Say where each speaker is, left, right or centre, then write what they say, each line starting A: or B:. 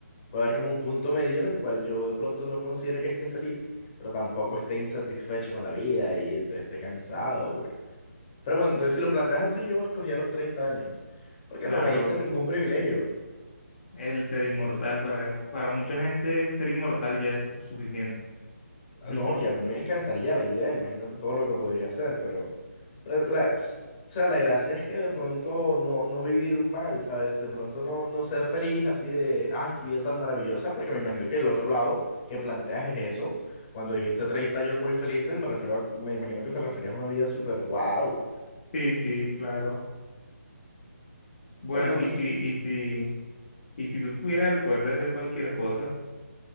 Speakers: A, on the left (about 25°); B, on the left (about 40°).
A: Puede haber como un punto medio en el cual yo de pronto no considere que esté feliz, pero tampoco esté insatisfecho con la vida y entonces esté cansado, aburrido. Pero bueno, entonces si lo planteas así, yo escogía los 30 años, porque
B: Claro,
A: no me diste ningún privilegio.
B: el ser inmortal para, para mucha gente, ser inmortal ya es suficiente. <laughs>
A: No, y a mí me encantaría la idea, imagínate todo lo que podría hacer, pero, pero la, s- o sea, la gracia es que de pronto no, no vivir mal, ¿sabes? De pronto no, no ser feliz así de, ay, qué vida tan maravillosa, porque me imagino que el otro lado que planteas es eso. Cuando dijiste 30 años muy felices, me refiero a- me imagino que te referías a una vida súper wow.
B: Sí, sí, claro. Bueno,
A: entonces
B: y si,
A: sí,
B: y si, y si tú tuvieras el poder de hacer cualquier cosa,